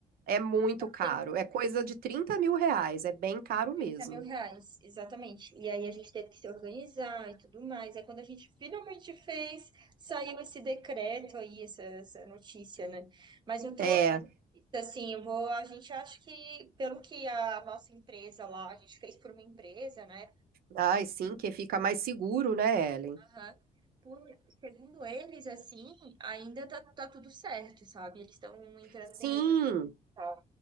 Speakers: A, on the right (about 75°); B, on the right (about 30°).
A: É muito caro.
B: Tem
A: É coisa de 30 mil reais. É bem caro
B: 30
A: mesmo.
B: mil reais, exatamente. E aí a gente teve que se organizar e tudo mais. Aí quando a gente finalmente fez, saiu esse decreto aí, essa, essa notícia, né? Mas eu tô,
A: É.
B: assim, eu vou, a gente acha que, pelo que a nossa empresa lá, a gente fez por uma empresa, né?
A: Ai, sim, que fica mais seguro, né, Ellen?
B: Aham. Por, segundo eles, assim, ainda tá, tá tudo certo, sabe? Eles estão entrando
A: Sim,
B: com recurso e tal.